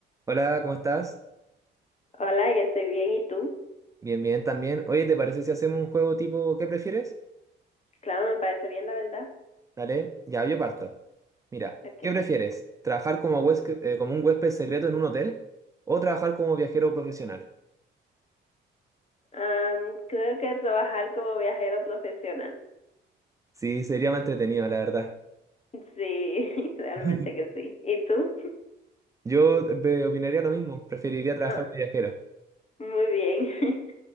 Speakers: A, on the right (about 15°); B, on the left (about 35°).
A: Hola, ¿cómo estás?
B: Hola, yo estoy bien, ¿y tú?
A: Bien, bien también. Oye, ¿te parece si hacemos un juego tipo ¿qué prefieres?
B: Claro, me parece bien, la verdad.
A: Dale, ya yo parto. Mira,
B: Ok.
A: ¿qué prefieres? ¿Trabajar como huésped- eh, como un huésped secreto en un hotel o trabajar como viajero profesional?
B: Am, creo que trabajar como viajero profesional.
A: Sí, sería más entretenido, la verdad.
B: Sí, <laughs> realmente
A: <laughs>
B: que sí. ¿Y tú?
A: Yo eh, opinaría lo mismo, preferiría trabajar
B: Ah,
A: de viajero.
B: muy bien. <laughs>